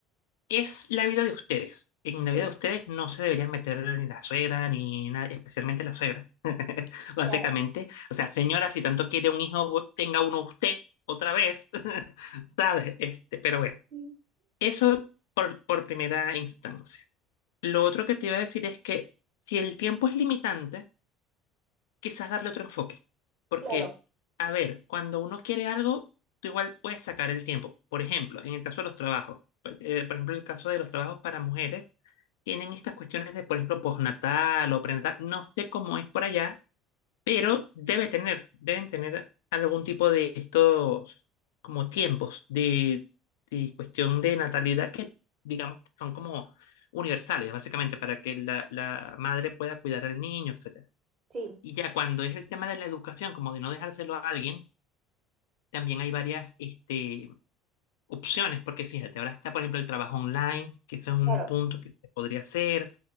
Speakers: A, on the left (about 85°); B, on the right (about 50°).
A: es la vida de ustedes. En la
B: sí,
A: vida de ustedes no se deberían meter ni la suegra, ni nada especialmente la suegra. <laughs> Básicamente,
B: claro,
A: o sea, señora, si tanto quiere un hijo, tenga uno usted otra vez, <laughs> ¿sabes? Este, pero bueno.
B: sí,
A: Eso por, por primera instancia. Lo otro que te iba a decir es que si el tiempo es limitante, quizás darle otro enfoque. Porque,
B: claro,
A: a ver, cuando uno quiere algo, tú igual puedes sacar el tiempo. Por ejemplo, en el caso de los trabajos, eh, por ejemplo, el caso de los trabajos para mujeres, tienen estas cuestiones de, por ejemplo, postnatal o prenatal. No sé cómo es por allá, pero debe tener, deben tener algún tipo de estos como tiempos de, de cuestión de natalidad que digamos que son como universales, básicamente, para que la, la madre pueda cuidar al niño, etcétera.
B: sí,
A: Y ya cuando es el tema de la educación, como de no dejárselo a alguien, también hay varias este, opciones, porque fíjate, ahora está, por ejemplo, el trabajo online, que esto es un
B: claro,
A: punto que se podría hacer,